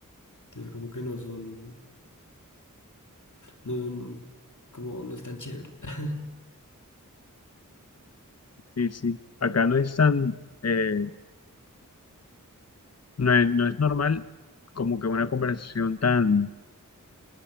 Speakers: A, on the left; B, on the left.
A: como que no son, no son, como, no es tan chévere. <laughs>
B: sí, sí. Acá no es tan... eh, No es, no es normal como que una conversación tan